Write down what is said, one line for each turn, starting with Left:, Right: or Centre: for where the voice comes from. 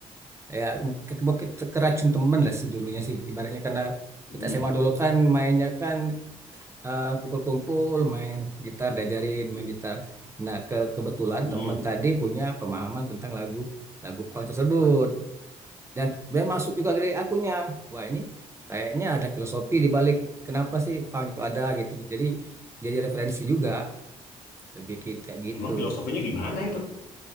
Right: ya ke- ke- ke- keracun temen lah sih dulunya sih ibaratnya karena
Left: Mm-mm.
Right: kita SMA dulu kan mainnya kan eh, kumpul-kumpul main gitar, diajarin main gitar. Nah, ke kebetulan
Left: Mm-mm.
Right: teman tadi punya pemahaman tentang lagu lagu punk tersebut dan dan masuk juga dari akunya. Wah, ini kayaknya ada filosofi di balik kenapa sih punk itu ada gitu. Jadi jadi referensi juga lebih ki- kayak gitu.
Left: Emang filosofinya gimana itu?